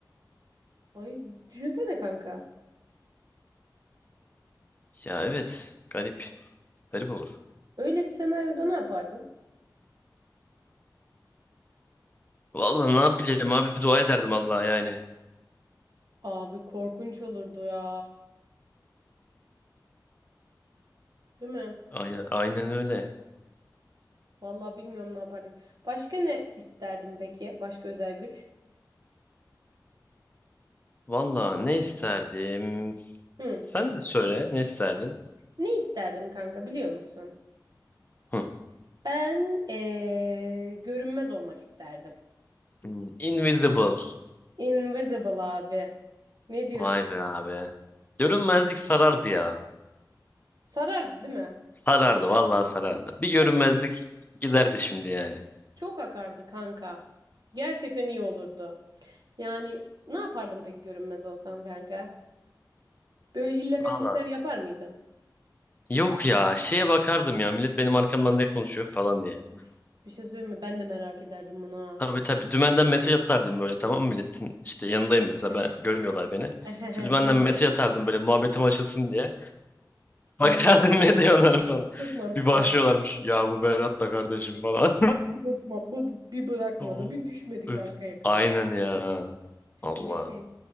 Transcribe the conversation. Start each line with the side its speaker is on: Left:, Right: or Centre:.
Right: Ay, düşünsene kanka.
Left: Ya evet. Garip. Garip olur.
Right: Öyle bir senaryoda ne yapardın?
Left: Vallahi ne yapacağım abi dua ederdim Allah'a yani.
Right: Abi korkunç olurdu ya. Değil mi?
Left: Aynen, aynen öyle.
Right: Vallahi bilmiyorum ne yapardık. Başka ne isterdim peki? Başka özel güç?
Left: Vallahi ne isterdim?
Right: Hı.
Left: Sen de söyle ne isterdin?
Right: Ne isterdim kanka biliyor musun?
Left: Hı.
Right: Ben eee, görünmez olmak isterdim.
Left: Hmm, Invisible.
Right: Invisible abi. Ne diyorsun?
Left: Vay be abi. Görünmezlik sarardı ya.
Right: Sarardı değil mi?
Left: Sarardı vallahi sarardı. Bir görünmezlik
Right: Çok
Left: giderdi şimdi yani.
Right: çok akardı kanka. Gerçekten iyi olurdu. Yani ne yapardın peki görünmez olsan kanka? Böyle illegal
Left: Vallahi.
Right: işler yapar mıydın?
Left: Yok ya şeye bakardım ya millet benim arkamdan ne konuşuyor falan diye.
Right: Of, bir şey söyleyeyim mi? Ben de merak ederdim bunu ha.
Left: Tabii tabii dümenden mesaj atardım böyle tamam mı milletin işte yanındayım mesela
Right: <laughs>
Left: ben görmüyorlar beni.
Right: Ehehe,
Left: İşte dümenden
Right: Aynen.
Left: mesaj atardım böyle muhabbetim açılsın diye.
Right: Aynen.
Left: Bakardım <laughs> ne diyorlar falan.
Right: Çok mantıklı.
Left: Bir başlıyorlarmış
Right: abi.
Left: ya bu Berat da kardeşim falan.
Right: Bir, bakma- bu- bu- bir bırakmadı.
Left: <laughs>
Right: Bir düşmedi
Left: Öf.
Right: kanka yakamız.
Left: Aynen ya. Allah.
Right: Bir de şey.